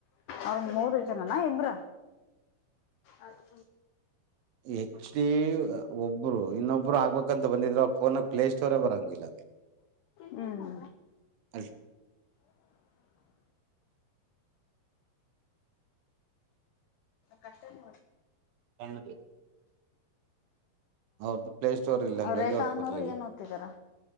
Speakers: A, on the left; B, on the right.
A: ಅವರು ಮೂರು ಜನಾನ ಇಬ್ಬರ ಅದು
B: ಹೆಚ್ ಡಿ ಒಬ್ರು ಇನ್ನೊಬ್ರು ಆಗ್ಬೇಕಂತ ಬಂದಿದ್ರ ಅವ್ರ ಫೋನಾಗ ಪ್ಲೇ ಸ್ಟೋರ್ ಬರಂಗಿಲ್ಲ
A: ಹೂ
B: ಹಲ್
A: ಕಷ್ಟನೇ
B: <unintelligible> ಅವರದು ಪ್ಲೇ ಸ್ಟೋರ್ ಇಲ್ಲ
A: ಅವ್ರ
B: ಹಂಗಾಗಿ
A: ರೇಖಾ
B: ಅವ್ರು
A: ಅನ್ನೋರು
B: ಬರ್ಲಿಲ್ಲ
A: ಏನ್ ಓದ್ತಿದಾರ